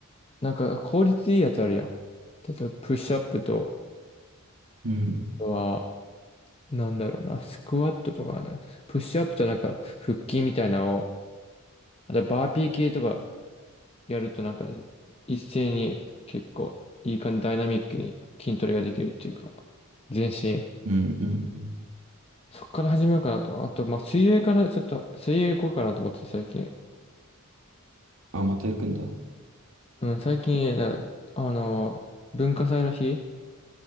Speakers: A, on the left (about 25°); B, on the right (about 70°).
A: なんか効率いいやつあるやん。例えば、プッシュアップと、あ
B: うん、
A: とは、なんだろうな、スクワットとか、プッシュアップとなんか、腹筋みたいなのを、あとバーピー系とか、やるとなんか一斉に結構いい感じダイナミックに筋トレができるっていうか、全身。
B: うん、うん、うん。
A: そっから始めようかなと。あと、まあ、水泳からちょっと、水泳行こうかなと思って最近。
B: あ、また行くんだ。
A: うん、最近、なあの、文化祭の日